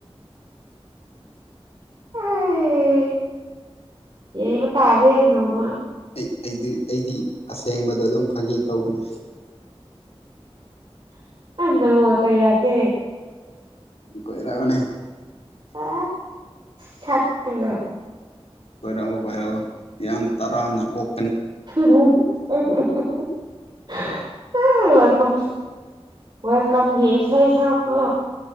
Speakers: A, on the right; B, on the left.
A: ꯑꯦ ꯌꯦꯕ ꯇꯥꯔꯦ ꯏꯅꯣꯃ
B: ꯑꯩ ꯑꯩꯗꯤ ꯑꯩꯗꯤ ꯑꯁꯦꯡꯕꯗꯣ ꯑꯗꯨꯝ ꯐꯥꯒꯤ ꯇꯧꯕꯅꯤ
A: ꯅꯎ ꯀꯩ ꯔꯀꯦ
B: ꯀꯣꯏꯔꯛꯑꯣꯅꯦ
A: ꯑ ꯁꯠ ꯇꯉ
B: ꯀꯣꯏꯔꯛꯎ ꯀꯣꯏꯔꯛꯎ ꯌꯥꯝ ꯇꯔꯥꯝꯅ ꯑꯣꯛ
A: ꯕꯣꯔꯣꯕꯤ ꯍꯥꯍꯑꯍꯥ <inaudible> ꯋꯦꯜꯝ ꯋꯦꯜꯀꯝꯒꯤ ꯁ ꯁꯥꯕ ꯀꯣ